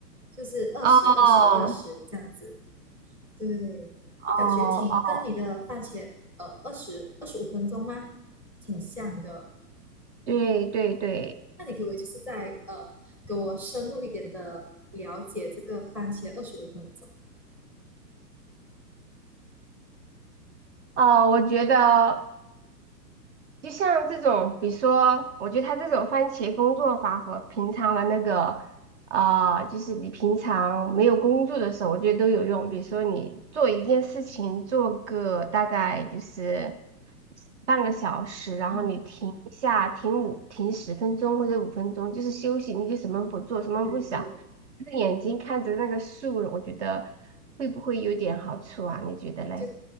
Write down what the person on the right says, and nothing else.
哦哦
哦，
对对对，
哦，我觉得。就像这种，比如说，我觉得他这种番茄工作法和平常的那个，啊、就是你平常没有工作的时候，我觉得都有用。比如说，你做一件事情，做个大概就是半个小时，然后你停一下，
停五停十分钟或者五分钟，就是休息，你就什么不做，什么不想，
就是眼睛看着那个树，我觉得会不会有点好处啊？你觉得嘞？